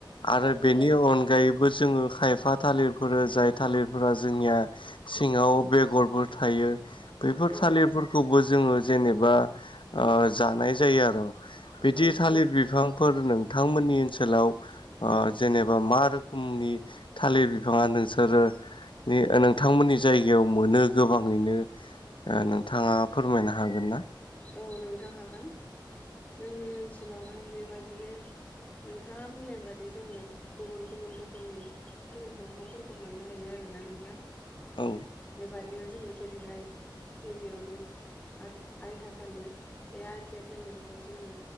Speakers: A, on the left; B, on the left.
A: आरो
B: औ
A: बेनि
B: नोंथां
A: अनगायैबो
B: नंगौ
A: जोङो खायफा थालिरफोर जाय थालिरफोरा जोंनिया सिङाव बेगरफोर थायो बैफोर
B: औ
A: थालिरफोरखौबो जोङो जेनेबा ओ जानाय जायो आरो बिदि
B: औ
A: थालिर बिफां फोर नोंथांमोननि ओनसोलाव ओ जेनेबा मा रोखोमनि थालिर बिफाङा नोंसोरो नि नोंथांमोननि जायगायाव मोनो गोबाङैनो ओ नोंथाङा फोरमायनो हागोन ना
B: औ नोंथां हागोन जोंनि ओनसोलावहाय बेबादिनो नोंथाङा बुंनाय बादि जोङो गुबुन गुबुन रोखोमनि थालिर दंफांफोरखौ मोननो हायो आरोना नोंथां
A: औ
B: बेबादिनो जोङो जेरैहाय गिबियावनो आथ आइथा थालिर बे आथिया थालिरखौ जोङो